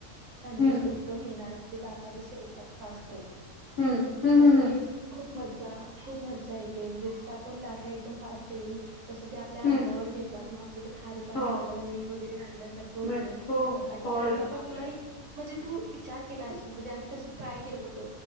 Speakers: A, on the right; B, on the left.
A: आणि
B: हम्म
A: एक कारण ते लाटा जसं येतात फास्ट
B: हम्म हम्म
A: तसं
B: हम्म हम्म
A: ते खूप मज्जा खूप मज्जा येते म्हणजे जस आपण लाटा एकदम फास्ट येईल तसं ते आपल्या
B: हम्म
A: अंगावर घेतात मग आपलं ते खारं पाणी
B: हो
A: आपल्याला मीठ वगैरे लागल्यासारखं होतं.
B: मिळते हो
A: आणि
B: हो
A: त्यानंतर
B: हम्म
A: तुला एक म्हणजे तू विचार केला आशिल त ते आम्ही तसं ट्राय केलं होत